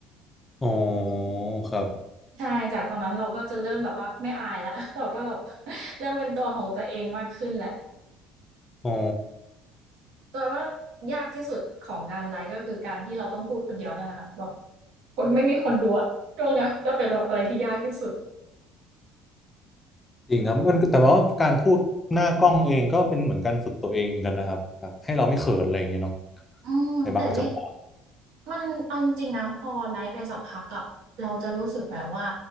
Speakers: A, on the left; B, on the right.
A: อ๋อครับ
B: ใช่จากตอนนั้นเราก็จะเริ่มแบบว่าไม่อายแล้ว <laughs> เราก็แบบ <laughs> เริ่มเป็นตัวของตัวเองมากขึ้นแหละ
A: อ๋อ
B: แต่ว่ายากที่สุดของงานไลฟ์ก็คือการที่เราต้องพูดคนเดียวนั่นแหละค่ะแบบคนไม่มีคนดูอะช่วงเนี้ยจะเป็นแบบอะไรที่ยากที่สุด
A: จริงครับมันแต่ว่าการพูดหน้ากล้องเองก็เป็นเหมือนการฝึกตัวเองเหมือนกันนะครับแบบให้เราไม่เขินอะไรอย่างเงี้ยเนาะ
B: อืมแต่ที่
A: ในบางจังหวะ
B: มันเอาจริงๆนะพอไลฟ์ไปสักพักอะเราจะรู้สึกแบบว่า